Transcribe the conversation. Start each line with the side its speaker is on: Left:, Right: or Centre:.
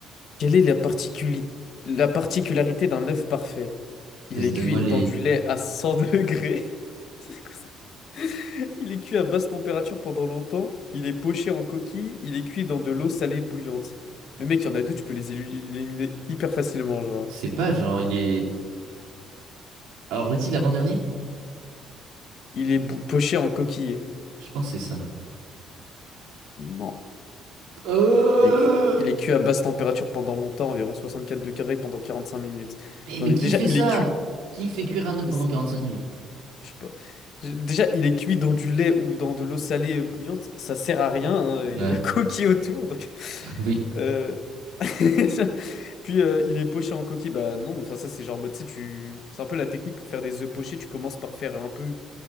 Left: Quelle est la particuli- la particularité d'un œuf parfait? Il
Right: Vas-y,
Left: est
Right: donne-moi
Left: cuit dans
Right: les
Left: du lait à 100 degrés. <laughs> c'est quoi <laughs> Il est cuit à basse température pendant longtemps, il est poché en coquille, il est cuit dans de l'eau salée bouillante. Mais mec, il y en a deux, tu peux les élu- éliminer hyper facilement, genre.
Right: cépages. Genre, il est. Alors, redis l'avant-dernier?
Left: Il est bou- poché en coquille.
Right: Je pense que c'est ça.
Left: Non.
Right: Euh...
Left: Il est cuit. Il est cuit à basse température pendant longtemps, environ 64 degrés pendant 45 minutes.
Right: Mais, mais
Left: Non mais
Right: qui
Left: déjà,
Right: fait
Left: il
Right: ça?
Left: est cuit.
Right: Qui fait cuire un œuf
Left: Mais
Right: pendant
Left: c'est-
Right: quarante-cinq minutes?
Left: je sais pas. Je- Déjà, il est cuit dans du lait ou dans de l'eau salée bouillante, ça sert à rien, hein, Il
Right: Ouais,
Left: y a la <laughs> coquille autour, donc.
Right: <laughs> oui.
Left: Euh, <laughs> Puis euh, il est poché en coquille. Bah non, enfin ça c'est genre mode, tu sais, tu... C'est un peu la technique pour faire des œufs pochés. Tu commences par faire un peu